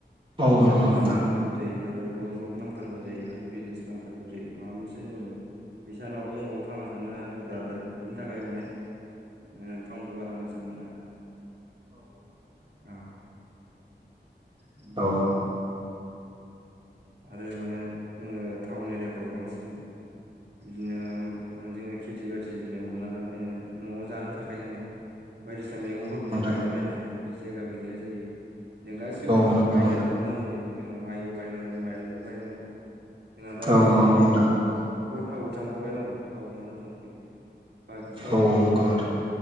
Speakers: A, on the right; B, on the right.
A: औ
B: फैसा
A: नंगौ
B: थाखा
A: नोंथां
B: नांथारगौ जायो आरो र' जब नांथारगौ जायो आरो बिजनेस नांथारगौ जायो माबा मोनसे जानोबा फैसा नङाबा जों बाव थांना थानो गोब्राब आरो बेनि थाखाय माने ओ टाउनखौ बारा मोजां मोना आरो। औ <inaudible>
A: औ
B: आरो माने जोङो टाउन एरियाफ्राव बांसिन बिदिनो ओ जोङो खेथि बाथि जेने हमना ला जोङो न'आव जानो थाखाय जोङो बायदिसिना मैगंफोरबो
A: नंगौ नोंथां
B: जों गायलाबायनो हाया बिदि जायगाबो गैया जायो जों गासै
A: नंगौ औ
B: थुखोनो
A: नंगौ
B: बायना
A: नोंथां
B: जाजोबनांगौ जायो जोंनाव माइबो बायनांगौ माइरंबो बायनांगौ जोंना दा
A: औ
B: गामि
A: नंगौ
B: एरियायाव
A: नोंथां
B: अखल थाव गोथांल' बायनांगौ थाव गोथांजों संख्रि बाखि सब
A: औ
B: मोनजोबो।
A: नंगौ नोंथां